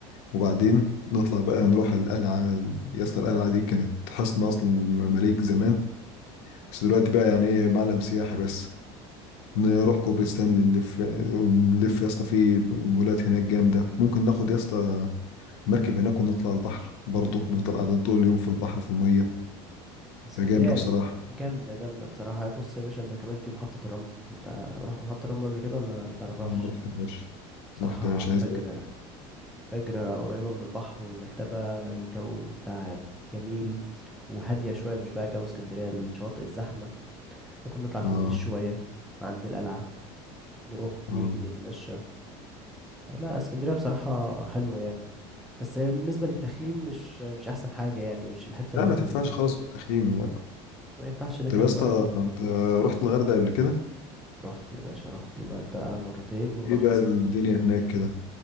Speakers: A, on the left; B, in the centre.
A: وبعدين نطلع بقى نروح القلعة يا اسطى القلعة دي كانت حصن أصل المماليك زمان بس دلوقتي بقى يعني إيه معلم سياحي بس نروح كوبري ستانلي نلف ونلف يا اسطى في مولات هناك جامدة ممكن ناخد يا اسطى مركب هناك ونطلع البحر برضه نفضل قاعدين طول اليوم في البحر في المية
B: اسكندرية
A: ده جامدة بصراحة
B: جامدة جامدة بصراحة بص يا باشا انت كمان في محطة الرمل انت رحت محطة الرمل قبل كده ولا متعرفهاش
A: لا ما رحتهاش
B: بصراحة
A: ما رحتهاش
B: فجر
A: عايز أروح
B: فجر قريبة من البحر والمكتبة الجو بتاع جميل وهادية شوية مش بقى جو اسكندرية الشواطئ الزحمة ممكن نطلع كورنيش
A: آه
B: شوية عند القلعة نروح
A: آه
B: نيجي نتمشى لا اسكندرية بصراحة حلوة يعني بس بالنسبة للتخييم مش مش أحسن حاجة يعني مش الحتة
A: لا
B: اللي
A: ما
B: في
A: تنفعش خالص في التخييم لا
B: ما ينفعش لا
A: طب
B: كامب
A: يا اسطى
B: ولا تخييم
A: انت رحت الغردقة قبل كده؟
B: رحت يا باشا رحت الغردقة مرتين ورحت
A: ايه بقى الدنيا هناك كده؟